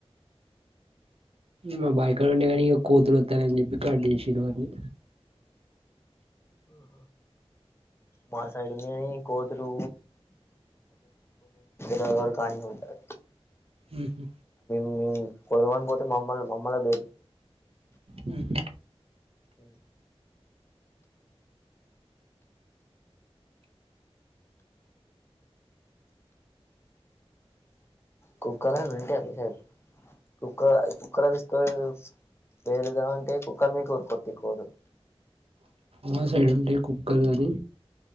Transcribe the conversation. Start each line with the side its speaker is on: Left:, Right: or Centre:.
Right: మా బాయ్ కాడ ఉండే కాని ఇగ కోతులు వత్తన్నాయని చెప్పి కడ్ చేసిన్రు వాటిని
Left: ఆహా మా సైడ్ ఉంది అని కోతులు కోతురు కాని ఉంటారు
Right: మ్ హు
Left: మ్ కొడుదాం అని పోతే మమ్మల్ నే మమ్మల్ నే బె
Right: మ్ హు
Left: అ కుక్కలన్న ఉంటాయా మీ సైడ్ కుక్క కుక్కల చుస్ స్తె పేలుద్దామంటే కుక్కల మీదికే కూరుకొత్తయి కోతులు
Right: మా సైడ్ ఉంటై కుక్క ల్ కాని